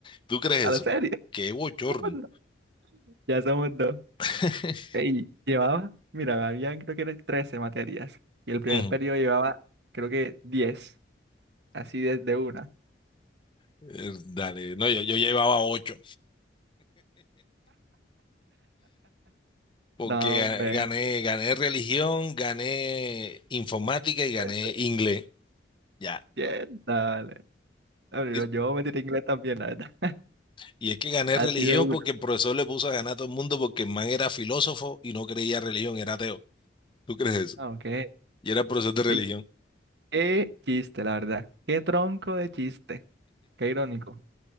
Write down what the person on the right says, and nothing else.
a la
serie.
<laughs>
Somos dos. Ya somos dos.
Ey, llevaba, mira, habían creo que eran 13 materias. Y el primer
periodo llevaba, creo que diez, Así desde una.
No,
hombre.
pues,
Bien, dale. No, Yo,
yo me tiré inglés también, la verdad.
Así
de una.
Aunque,
ey, qué chiste, la verdad. Qué tronco de chiste. Qué irónico.